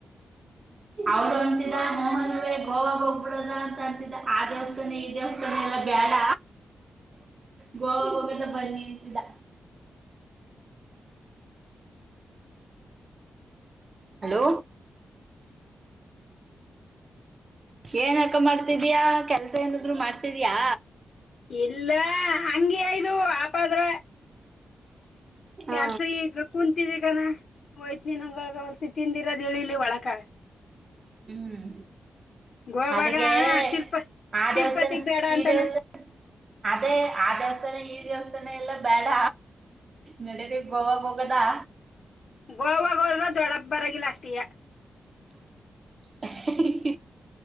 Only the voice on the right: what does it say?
ಅವರು ಅಂತಿದ ಮೋಹನ್ವೇ ಗೋವಾಗ ಒೋಗಬ್ಬಿಡದ ಅಂತ ಅಂತಿದ ಆ ದೇವಸ್ಥಾನೇ ಈ ದೇವಸ್ಥಾನ ಎಲ್ಲ ಬ್ಯಾಡ
ಗೋವಾಗೊಗೋಣ ಬನ್ನೀ ಅಂತಿದ್ದ
ಹಲೋ
ಏನ್ ಅಕ್ಕ ಮಾಡ್ತಿದ್ಯಾ ಕೆಲ್ಸ ಏನಾದ್ರು ಮಾಡ್ತಿದ್ಯಾ
ಹಾ
ಹ್ಮ್
ಅದಕ್ಕೆೇ
ಆ
ದಿವಸ
ಈ ದಿವಸ ಅದೇ ಆ ದೇವಸ್ಥಾನ ಈ ದೇವಸ್ಥಾನ ಎಲ್ಲ ಬೇಡ ನೆಡಿರಿ ಗೋವಾ ಗೊಗೋಣ ಬೇಡ
<inaudible>